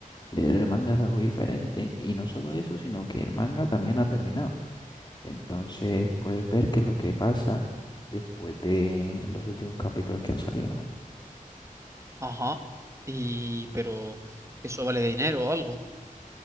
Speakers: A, on the left; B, on the right.
A: leer el manga es algo diferente y no solo eso, sino que el manga también ha terminado. Entonces puedes ver qué es lo que pasa después de los últimos capítulos que han salido, ¿no?
B: Ajá. Y, pero, ¿eso vale dinero o algo?